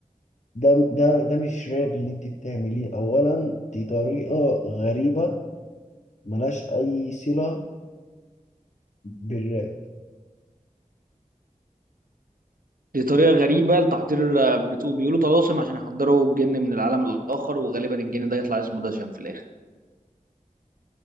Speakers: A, on the left; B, on the right.
A: ده ده ده مش راب اللي انت بتعمليه اولا دي طريقة غريبة ملهاش اي صلة بالراب
B: دي طريقه غريبه لتحضير الراب؟ بتقول بيقولوا طلاسم عشان يحضروا الجن من العالم الاخر وغالبا الجن ده يطلع اسمه دشن في الاخر